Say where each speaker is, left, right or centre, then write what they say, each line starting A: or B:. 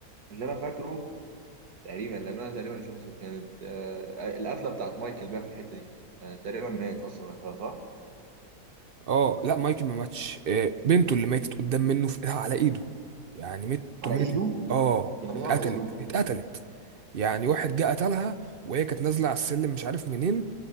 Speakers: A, on the right; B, on the right.
A: اللي انا فاكره تقريبا لان انا تقريبا شفته كانت آه، القفله بتاعت مايكل بقى في الحته دي آه، تقريبا مات اصلا وقتها، صح؟
B: اه لا مايكل ما ماتش آه، بنته اللي ماتت قدام منه في على ايده يعني ميته
A: على
B: ماتت
A: ايده
B: اه
A: يعني
B: اتقتلت
A: ايه على ايده
B: اتقتلت يعني واحد جه قتلها وهي كانت نازله على السلم مش عارف منين